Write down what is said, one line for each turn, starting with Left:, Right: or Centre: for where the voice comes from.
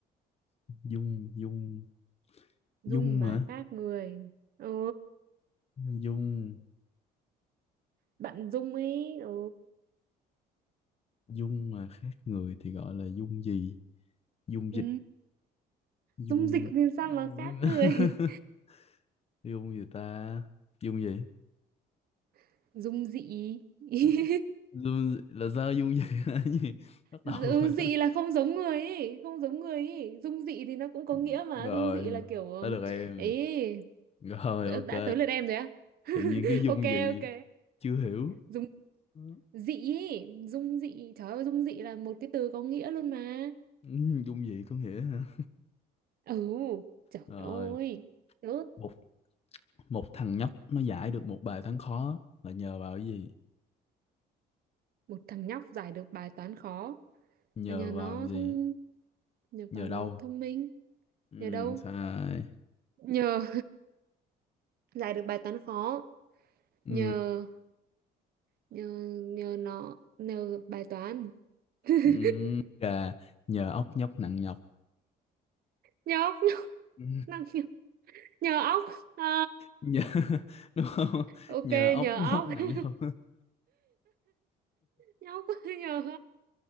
Left: dung, dung,
Right: Dung
Left: dung
Right: mà
Left: hả?
Right: khác người ừ
Left: Dung,
Right: bạn Dung ấy ừ.
Left: dung mà khác người thì gọi là dung gì? Dung
Right: ừ.
Left: dịch, dung...
Right: Dung dịch thì sao
Left: <laughs>
Right: mà khác người
Left: dung gì ta? Dung gì?
Right: <laughs> Dung dị <laughs>
Left: Ừ. Zoom là sao dung gì <laughs> là gì bắt
Right: ừ,
Left: đầu rồi
Right: dị
Left: đó
Right: là không giống người ấy không giống người ấy Dung dị thì nó cũng có
Left: Ừ,
Right: nghĩa mà
Left: rồi
Right: Dung dị là kiểu ừm,
Left: tới được em
Right: ấy
Left: rồi
Right: đã,
Left: ok
Right: đã tới lượt em rồi á <laughs>
Left: tự nhiên cái dung
Right: ok
Left: gì
Right: ok
Left: chưa hiểu
Right: Dung
Left: Ừ.
Right: dị ấy. Dung dị trời ơi Dung dị là một cái từ có nghĩa luôn mà
Left: Ừ, dung gì có nghĩa hả
Right: ừ trời
Left: rồi
Right: ơi rớt
Left: một một thằng nhóc nó giải được một bài toán khó là nhờ vào cái gì
Right: một thằng nhóc giải được bài toán khó
Left: nhờ
Right: là nhờ nó
Left: vào cái gì
Right: thông nhờ
Left: nhờ
Right: vào
Left: đâu
Right: nó thông minh
Left: ừ,
Right: nhờ đâu
Left: sai
Right: nhờ giải được bài toán khó
Left: ừ,
Right: nhờ nhờ nhờ nó nhờ bài toán <laughs>
Left: ừ, gà nhờ ốc nhóc nặng nhọc
Right: nhờ óc nhờ, <laughs>
Left: Ừ,
Right: năng- nhờ nhờ óc Ờ,
Left: nhờ <laughs> đúng không
Right: <laughs> ok
Left: nhờ ốc
Right: nhờ
Left: nhóc
Right: óc
Left: nặng
Right: <laughs>
Left: nhọc
Right: nhờ óc nhờ óc.